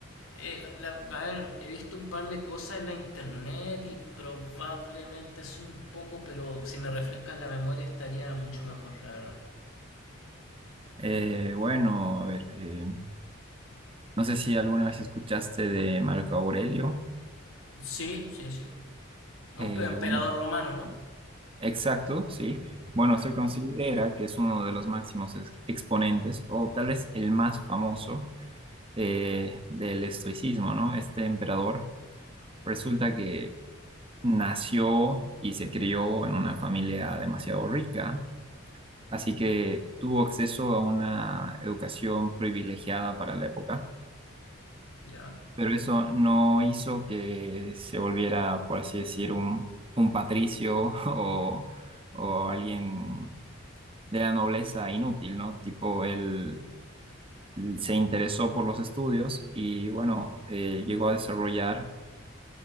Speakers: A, on the left; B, on the right.
A: Eh, la- a ver, he visto un par de cosas en la internet y probablemente es un poco, pero si me refrescas la memoria estaría mucho mejor, la verdad.
B: Eh, bueno, a ver, eh, no sé si alguna vez escuchaste de Marco Aurelio.
A: Sí, sí, sí. Un
B: Eh,
A: pe- emperador
B: bueno,
A: romano, ¿no?
B: exacto, sí. Bueno,
A: Ujú,
B: se considera que es uno de los máximos ex- exponentes o tal vez el más famoso eh, del estoicismo, ¿no? Este emperador. Resulta que nació y se crió en una familia demasiado rica, así que tuvo acceso a una educación privilegiada para la época,
A: Ya.
B: pero eso no hizo que se volviera, por así decir, un, un patricio <laughs> o, o alguien de la nobleza inútil, ¿no? Tipo, él se interesó por los estudios y, bueno, eh, llegó a desarrollar